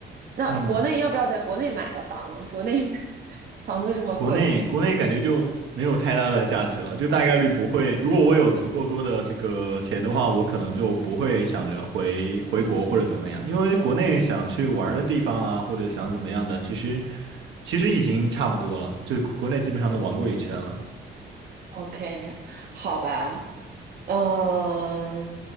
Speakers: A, on the right; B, on the right.
A: 那国内要不要在国内买个房啊？
B: <laughs> 嗯。
A: 国内 <laughs> 房子这么贵
B: 国内国内感觉就没有太大的价值了，就大概率不会。如果我有足够多的这个钱的话，我可能就不会想着回回国或者怎么样，因为国内想去玩儿的地方啊，或者想怎么样的，其实其实已经差不多了，就国内基本上都玩过一圈了。
A: ，OK，好吧。嗯、